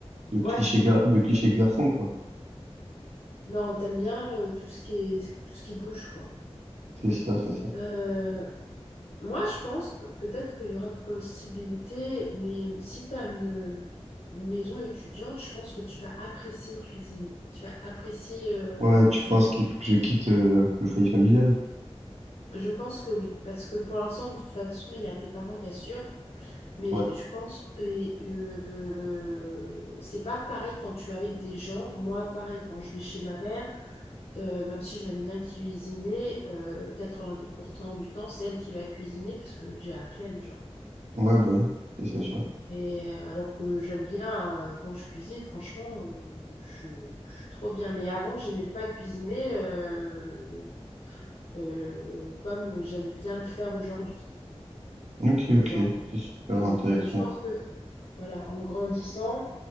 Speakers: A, on the right; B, on the left.
A: de
B: Ouais,
A: clichés gar- de
B: t'as-
A: clichés
B: t'as-
A: garçons, quoi.
B: Non, t'aimes bien euh, tout ce qui est, tout ce qui bouge, quoi.
A: C'est ça, c'est ça.
B: Euh, moi, je pense pe- peut-être qu'il y aura possibilité, mais si t'as une, une maison étudiante, je pense que tu vas apprécier cuisiner. Tu vas apprécier, euh,
A: Ouais, tu
B: genre,
A: penses qu'il faut que je quitte, euh, le foyer familial?
B: je pense que oui, parce que pour l'instant, de toute façon, il y a tes parents qui assurent, mais
A: Ouais.
B: je pense, et euh, c'est pas pareil quand tu es avec des gens. Moi, pareil, quand je vais chez ma mère. Euh, même si j'aime bien cuisiner, euh, 90% du temps, c'est elle qui va cuisiner parce que j'ai la flemme, genre.
A: Ouais, bah oui, c'est ça, ça.
B: Et euh, alors que j'aime bien euh, quand je cuisine, franchement, euh, je, je suis trop bien. Mais avant, j'aimais pas cuisiner euh, euh, comme j'aime bien le faire aujourd'hui.
A: Ok, ok.
B: Aujourd'hui.
A: C'est super
B: Donc,
A: intéressant.
B: euh, je pense que Voilà, en grandissant,